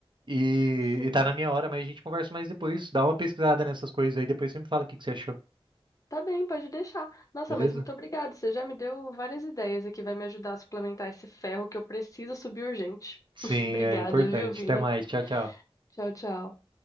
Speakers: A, on the right (about 50°); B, on the left (about 35°).
A: E,
B: Sim.
A: e tá na minha hora, mas a gente conversa mais depois. Dá uma pesquisada nessas coisas aí, depois você me fala o que que você achou,
B: Tá bem, pode deixar. Nossa,
A: beleza?
B: mas muito obrigada. Você já me deu várias ideias aqui, vai me ajudar a suplementar esse ferro que eu preciso subir urgente.
A: Sim,
B: <laughs> Obrigada,
A: é importante.
B: viu, Vini?
A: Até mais. Tchau, tchau.
B: Tchau, tchau.